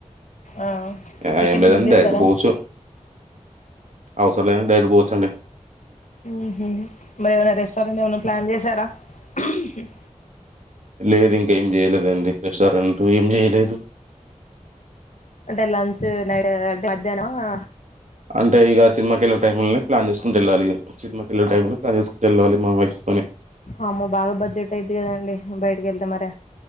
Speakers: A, on the left; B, on the right.
A: ఆ
B: ఏహే
A: టికెట్లు
B: ఏమీలేదండి,
A: బుక్ చేసారా
B: డైరెక్ట్ బోచ్ అవసరం లేదండీ, డైరెక్ట్ పోవచ్చానండి.
A: ఊం హ్మ్ మరేఏమన్నా? రెస్టారెంట్ ఏమన్నా ప్లాన్. పని చేసారా? హుమ్ మ్.
B: లేదు, ఇంకేం జేయలేదండి. రెస్టారెంట్ ఏం జేయలేదు.
A: అంటే లంచ్ నైట్ అంటే మధ్యాహ్నమా?
B: అంటే ఇగా సినిమాకేళ్లే టైముల్నె. ప్లాన్ చేసుకుంట ఎళ్లాలి. సినిమా కెళ్ళే టైమ్ లో, ప్లాన్ చేసుకుంట ఎళ్లాలి మా వైఫ్ తోని
A: అమ్మో, బాగా బడ్జెట్ అయ్యింది కదండీ. బయటకి వెళ్తే మరే